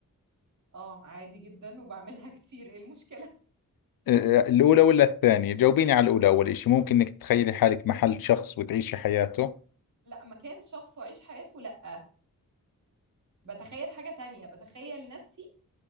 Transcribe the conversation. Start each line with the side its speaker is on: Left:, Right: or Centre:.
Right: اه عادي جدا وبعملها <laughs> كتير ايه المشكله
Left: آه، الأولى ولا الثانية؟ جاوبيني على الأولى أول إشي ممكن إنك تتخيلي حالك محل شخص وتعيشي حياته؟
Right: لا مكان شخص واعيش حياته لا بتخيل حاجه تانية بتخيل نفسي